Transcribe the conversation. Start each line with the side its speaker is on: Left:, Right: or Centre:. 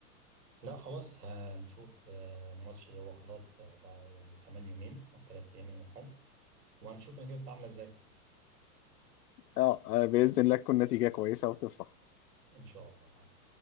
Right: لا خلاص هنشوف آه، الماتش هو خلاص آه، بعد كمان يومين او ثلاث ايام يوم الاحد وهنشوف النتيجه هتبقى عامله ازاي
Left: اه آه، باذن الله تكون نتيجه كويسه وتفرح
Right: ان شاء الله يا محمد